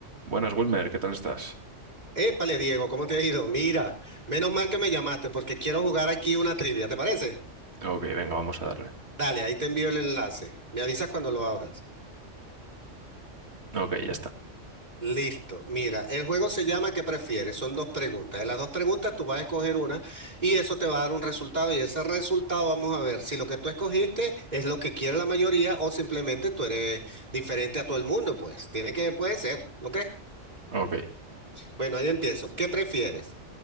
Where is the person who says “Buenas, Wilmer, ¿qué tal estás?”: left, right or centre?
Right